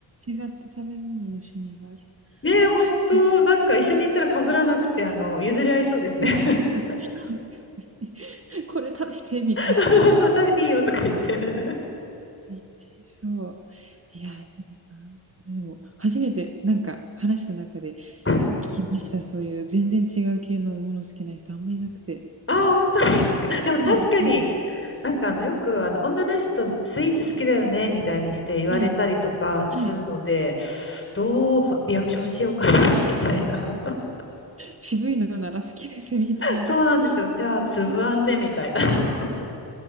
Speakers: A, on the right (about 30°); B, on the left (about 25°).
A: 違った食べ物の趣味がある。<laughs>
B: ねえ、ほんと、なんか一緒に行ったら被らなくて、あの、譲り合いそうですね。
A: 本
B: <laughs>
A: 当に。これ食べてみたいな。
B: そうそうそう、
A: っ
B: 食べていいよとか言って。
A: て言っちゃいそう。いや、いいな。でも初めてなんか話した中で
B: <laughs>
A: きました、そういう全然違う系のもの好きな人あんまいなくて。
B: ああ、本当ですか。<laughs> でも確かに、
A: はい、うん、
B: なんかあの、よくあの、女の人スイーツ好きだよね、みたいにして言われたりとかするので、
A: はい、はい。
B: どうリアクションしようかな、みたいな。<laughs>
A: 渋いのなら好きですみたいな、
B: そうなんですよ。
A: そんな感じの、
B: じゃあ、つぶあんで、みたいな。<laughs>